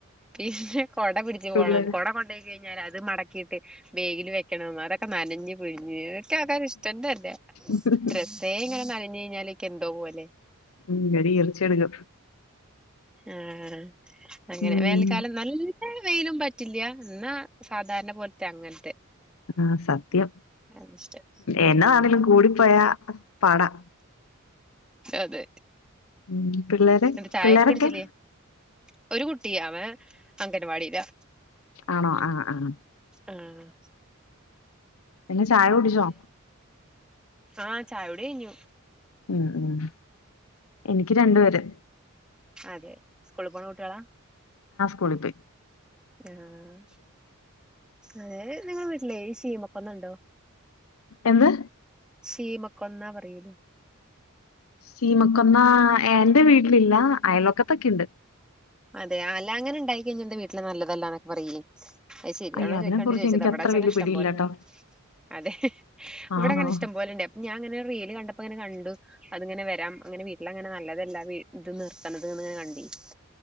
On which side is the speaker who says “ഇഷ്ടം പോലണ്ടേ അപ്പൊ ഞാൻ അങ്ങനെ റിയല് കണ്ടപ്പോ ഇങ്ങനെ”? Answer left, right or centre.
Centre